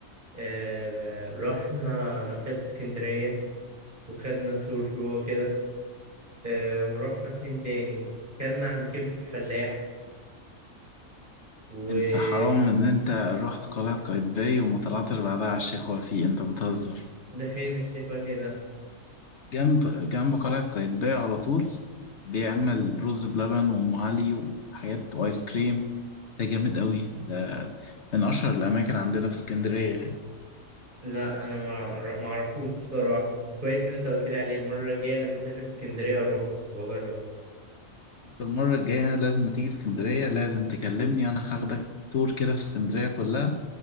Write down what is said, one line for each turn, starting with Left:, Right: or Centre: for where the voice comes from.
Right: آه، رحنا مكتبة اسكندرية وخدنا تور جوه كده آه، ورحنا فين تاني كلنا عند كبدة الفلاح وده
Left: انت حرام ان انت رحت قلعة قايتباي وما طلعتش بعدها على الشيخ وفيق انت بتهزر
Right: فين الشيخ وفي ده
Left: جنب جنب قلعة قايتباي على طول بيعمل رز بلبن وام علي وحاجات وايس كريم ده جامد قوي ده من اشهر الاماكن عندنا في اسكندرية يعني
Right: لا انا ما ما اعرفوش بصراحة كويس ان انت قلت لي عليه المرة الجاية لما اسافر اسكندرية اروح واجرب
Left: انت المرة الجاية لازم ما تيجي اسكندرية لازم تكلمني انا هاخدك تور كده في اسكندرية كلها